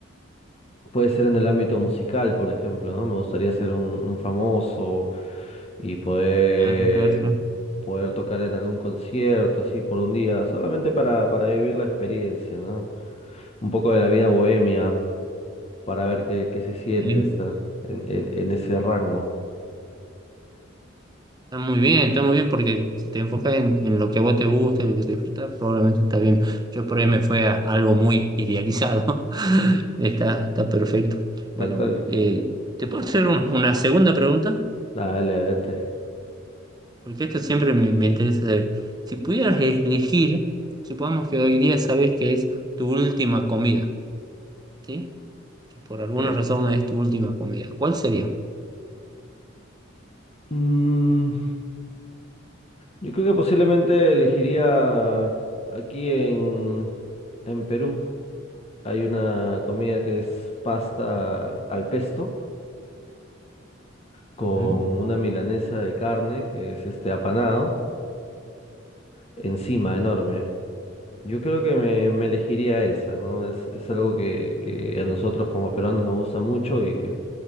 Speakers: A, on the left; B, on the right.
A: Puede ser en el ámbito musical, por ejemplo, ¿no? Me gustaría ser un, un famoso y poder,
B: Claro, claro, claro.
A: poder tocar en algún concierto, así, por un día, solamente para, para vivir la experiencia, ¿no? Un poco de la vida bohemia, para ver qué, qué se siente
B: Bien.
A: estar en, en, en ese rango.
B: Está muy bien, está muy bien porque si te enfocas en, en lo que a vos te gusta, en lo que te disfrutas, probablemente está bien. Yo por ahí me fue a algo muy idealizado. <laughs> Está, está perfecto.
A: Tal
B: Bueno,
A: cual.
B: eh, ¿te puedo hacer un- una segunda pregunta?
A: Dale, adelante.
B: Porque esto siempre me, me interesa saber. Si pudieras elegir, supongamos que hoy día sabes que es tu última comida, ¿sí? Que por alguna
A: Ok.
B: razón es tu última comida. ¿Cuál sería?
A: Mm, yo creo que posiblemente elegiría aquí en, en Perú. Hay una comida que es pasta al pesto con
B: Ujú.
A: una milanesa de carne que es este apanado encima, enorme. Yo creo que me, me elegiría esa, ¿no? Es, es algo que, que a nosotros como peruanos nos gusta mucho y que,